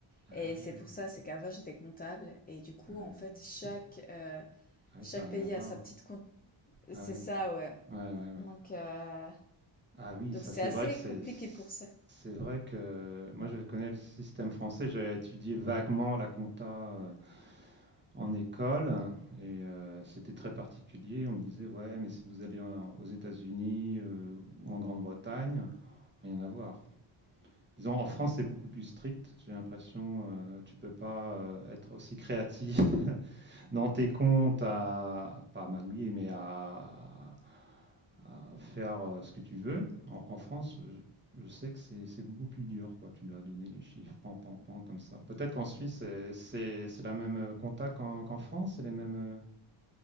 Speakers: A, on the right; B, on the left.
A: Ah,
B: et c'est pour ça, c'est qu'avant j'étais comptable et du coup,
A: ouais.
B: en fait, chaque,
A: c'est-
B: heu,
A: Ah oui,
B: chaque
A: ça n'a
B: pays
A: rien à voir.
B: a sa petite compte,
A: Ah
B: c'est
A: ouais,
B: ça, ouais,
A: ouais, ouais, ouais.
B: donc heu,
A: Ah oui,
B: donc
A: ça
B: c'est
A: c'est
B: assez
A: vrai que c'est
B: compliqué pour ça.
A: c'est vrai que moi je connais le système français, J'ai étudié vaguement la compta euh, en école et euh, c'était très particulier. On me disait ouais, mais si vous allez en- aux États-Unis euh, ou en Grande-Bretagne, rien à voir. Disons en France c'est beaucoup plus strict. J'ai l'impression euh, tu peux pas euh, être aussi créatif <laughs> dans tes comptes à pas à magouiller mais à à faire euh, ce que tu veux. En, en France, je, je sais que c'est c'est beaucoup plus dur, quoi. Tu dois donner les chiffres, pan, pan, pan, comme ça. Peut-être qu'en Suisse, c'est- c'est la même euh, compta qu'en qu'en France, c'est les mêmes, euh,